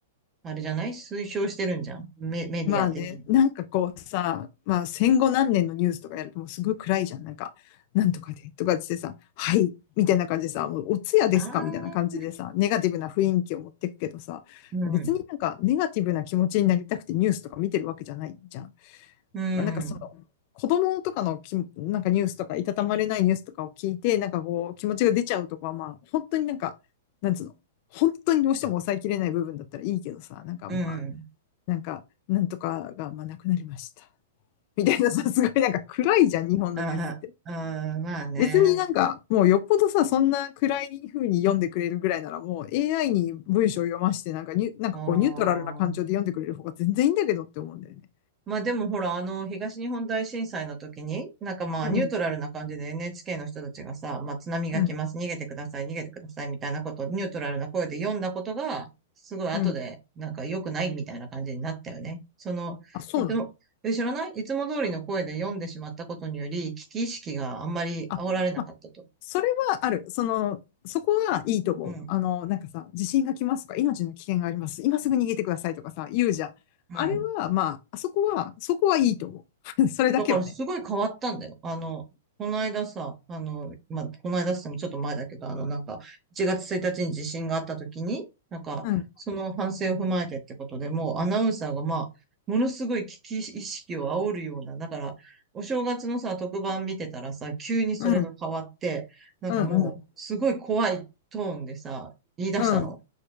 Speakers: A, on the right; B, on the left.
A: あれじゃない推奨してるんじゃん。メ、メディア的に。
B: まあね、なんかこうさ、まあ戦後何年のニュースとかやるともうすごい暗いじゃん。なんか、なんとかでとかってさ、はい、みたいな感じでさ、もうお通夜ですかみたいな感じでさ、
A: ああ、
B: ネガティブな雰囲気を持ってくけどさ、
A: うん、
B: 別になんかネガティブな気持ちになりたくてニュースとか見てるわけじゃないじゃん。
A: うん、
B: まあ、なんかその、子供とかのき、なんかニュースとか、いたたまれないニュースとかを聞いて、なんかこう、気持ちが出ちゃうとかは、まあ、本当になんか、なんつうの、本当にどうしても抑えきれない部分だったらいいけどさ、なんかまあ、
A: うん。
B: なんか、なんとかが、まあ、なくなりました。みたいなさ、すごいなんか暗いじゃん、日本のニュースって。
A: ああ、ああまあね。
B: 別になんか、もうよっぽどさ、そんな暗い風に読んでくれるぐらいなら、もう AI に文章を読まして、なんかニュ、なんかこうニュートラルな感情で読んでくれる方が全然いいんだけどって思うんだよね。
A: ああ。まあでもほら、あの、東日本大震災の時に、なんかまあニュートラルな感じで
B: うん、
A: NHK の人たちがさ、まあ津波が来ます、
B: うん、
A: 逃げてください、逃げてくださいみたいなことをニュートラルな声で読んだことが、すごい後で、
B: うん。
A: なんか良くないみたいな感じになったよね。その、
B: あ、そうなの
A: いつも、え、知らないいつも通りの声で読んでしまったことにより、危機意識があんまり煽られなかったと。
B: あ、まあ、それはある。その、そこはいいと思う。
A: うん、
B: あの、なんかさ、地震が来ますとか、命の危険があります。今すぐ逃げてくださいとかさ、言うじゃん。
A: うん。
B: あれは、まあ、あそこは、そこはいいと思う。<laughs> それだけはね。
A: だからすごい変わったんだよ。あの、この間さ、あの、まあ、この間っつってもちょっと前だけど、あの、なんか、1月1日に地震があった時に、なんか、
B: うん、
A: その反省を踏まえてってことでもうアナウンサーが、まあ、ものすごい危機意識を煽るような、だから、お正月のさ、特番見てたらさ、急にそれが変わって、
B: うん、
A: なんかもう、
B: うん、うん、
A: すごい怖いトーンでさ、言い出したの。
B: うん、